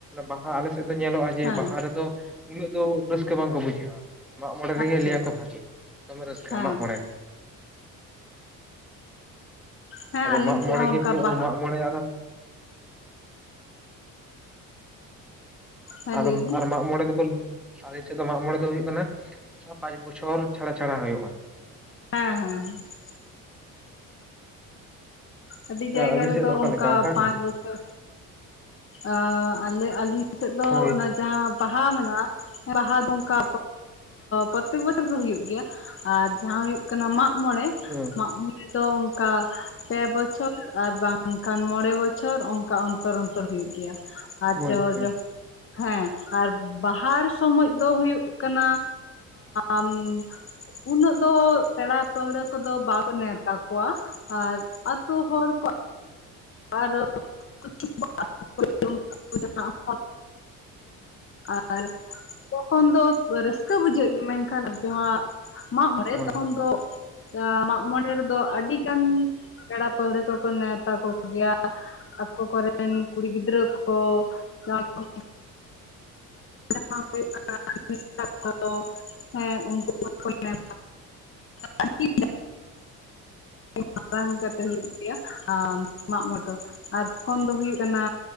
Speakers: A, in the centre; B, on the left.
A: ᱵᱟᱦᱟ ᱟᱞᱮ ᱥᱮᱫ ᱫᱚ ᱧᱮᱞᱚᱜᱼᱟ ᱾ ᱡᱮ
B: ᱦᱮᱸ
A: ᱵᱟᱦᱟ ᱨᱮᱫᱚ ᱩᱱᱟᱹᱜ ᱫᱚ ᱨᱟᱹᱥᱠᱟᱹ ᱵᱟᱝᱠᱚ ᱵᱩᱡᱷᱟᱹᱜᱼᱟ ᱾ ᱢᱟᱜᱽ ᱢᱚᱬᱮᱸ ᱨᱮᱜᱮ
B: ᱟᱪᱪᱷᱟ
A: ᱞᱟᱹᱭᱟᱠᱚ ᱵᱷᱽᱟᱜᱤ, ᱫᱚᱢᱮ ᱨᱟᱹᱥᱠᱟᱹ
B: ᱦᱮᱸ
A: ᱢᱟᱜ ᱢᱚᱬᱮᱸ ᱾
B: ᱦᱮᱸ
A: ᱟᱫᱚ
B: ᱟᱹᱞᱤᱧ
A: ᱢᱟᱜ
B: ᱥᱮᱫ
A: ᱢᱚᱬᱮᱸ
B: ᱦᱚᱸ
A: ᱜᱮ
B: ᱚᱱᱠᱟ
A: ᱦᱩᱭᱩᱜᱼᱟ᱾
B: ᱵᱟᱦᱟ
A: ᱢᱟᱜ ᱢᱚᱬᱮᱸ ᱟᱨ
B: ᱦᱮᱸ
A: ᱟᱫ
B: ᱞᱟᱹᱭ ᱵᱤᱱ
A: ᱟᱨ ᱢᱟᱜ ᱢᱚᱬᱮᱸ ᱫᱚᱠᱚ ᱟᱞᱤᱧ ᱥᱮᱫ ᱫᱚ ᱢᱟᱜ ᱢᱚᱬᱮᱸ ᱫᱚ ᱦᱩᱭᱩᱜ ᱠᱟᱱᱟ ᱾ ᱯᱟᱸᱪ ᱵᱚᱪᱷᱚᱨ ᱪᱷᱟᱲᱟ - ᱪᱷᱟᱲᱟ ᱦᱩᱭᱩᱜᱼᱟ ᱾
B: ᱦᱮᱸ ᱦᱮᱸ ᱦᱮᱸ ᱾ ᱟᱹᱰᱤ ᱡᱟᱭᱜ-ᱟ
A: ᱟᱨ ᱟᱹᱵᱤᱱ
B: ᱨᱮᱫᱚ
A: ᱥᱮᱫ ᱫᱚ ᱚᱠᱟ
B: ᱚᱱᱠᱟ
A: ᱞᱮᱠᱟ
B: ᱯᱟᱸᱪ
A: ᱜᱮ
B: ᱵᱚᱪᱷᱚᱨ ᱚᱸ ᱟᱞᱮ ᱟᱹᱞᱤᱧ ᱥᱮᱫ ᱫᱚ
A: ᱦᱳᱭ
B: ᱚᱱᱟ, ᱡᱟᱦᱟᱸ ᱵᱟᱦᱟ ᱢᱮᱱᱟᱜᱼᱟ᱾ ᱵᱟᱦᱟ ᱫᱚᱸ ᱚᱱᱠᱟ ᱯᱨᱚᱛᱮᱠ ᱵᱚᱪᱚᱨ ᱜᱮ ᱦᱩᱭᱩᱜᱭ ᱜᱮᱭᱟ ᱾ ᱟᱨ ᱡᱟᱦᱟᱸ ᱦᱭᱳᱭ-ᱜ ᱠᱟᱱᱟ, ᱢᱟᱜᱢᱚᱬᱮᱸ
A: ᱦᱩᱸ
B: ᱢᱟᱜ ᱢᱚᱲᱮᱸ ᱫᱚ ᱚᱱᱠᱟ ᱯᱮ ᱵᱚ ᱪᱷᱚᱨ ᱟᱨ ᱵᱟᱝᱠᱷᱟᱱ ᱢᱚᱬᱮᱸ ᱵᱚᱪᱷᱚᱨ ᱚᱱᱠᱟ ᱚᱱᱛᱚᱨ - ᱚᱱᱛᱚᱨ ᱦᱩᱭᱩᱜ ᱜᱮᱭᱟ᱾ ᱾ ᱟᱨ
A: ᱦᱳᱭ
B: ᱡᱳ
A: ᱦᱳᱭ ᱦᱳᱭ
B: ᱡᱳ ᱦᱮᱸ ᱟᱨ ᱵᱟᱦᱟ ᱥᱚᱢᱚᱭ ᱫᱚ ᱦᱩᱭᱩᱜ ᱠᱟᱱᱟ᱾ ᱟᱢ ᱩᱱᱟᱹᱜ ᱫᱚ ᱯᱮᱲᱟ ᱯᱟᱹᱲᱦᱟᱹ ᱠᱚᱼᱫᱚ ᱵᱟᱠᱚ ᱱᱮᱶᱛᱟ ᱠᱚᱣᱟ ᱾ᱟᱨ ᱟ ᱟᱹᱛᱩ ᱦᱚᱲ ᱠᱚ ᱟᱨ <unintelligible> ᱟᱨ ᱛᱚᱠᱷᱚᱱ ᱫᱚ ᱨᱟᱹᱥᱠᱟᱹ ᱵᱩᱡᱷᱟᱹᱜ ᱜᱮ ᱢᱮᱱᱠᱷᱟᱱ ᱡᱟᱦᱟᱸ ᱢᱟᱜ ᱢᱚᱬᱮᱸ
A: ᱦᱳᱭ
B: ᱛᱚᱠᱷᱚᱱ ᱫᱚ ᱢᱟᱜ ᱢᱚᱬᱮᱸ ᱨᱮᱫᱚ ᱟᱹᱰᱤ ᱜᱟᱱ ᱯᱮᱲᱟ ᱯᱟᱹᱲᱦᱟᱹ ᱠᱚᱼᱠᱚ ᱱᱮᱣᱛᱟ ᱠᱚ ᱜᱮᱭᱟ ᱟᱠᱚ ᱠᱚᱨᱮᱱ ᱠᱩᱲᱤ ᱜᱤᱫᱽᱨᱟᱹ ᱠᱚ ᱦᱩᱭᱩᱜ ᱠᱟᱱᱟ ᱠᱚ <unintelligible> ᱦᱮᱸ ᱩᱱᱠᱩ ᱠᱚᱠᱚ ᱦᱮᱭᱟ᱾ <unintelligible> ᱟᱹᱰᱤ ᱢᱟᱨᱟᱝ ᱠᱟᱛᱮ ᱦᱩᱭᱩᱜ ᱜᱮᱭᱟ ᱟᱢ ᱢᱟᱜ ᱢᱚᱬᱮᱸ ᱫᱚ ᱟᱨ ᱛᱚᱠᱷᱚᱱ ᱫᱚ ᱦᱩᱭᱩᱜ ᱠᱟᱱᱟ᱾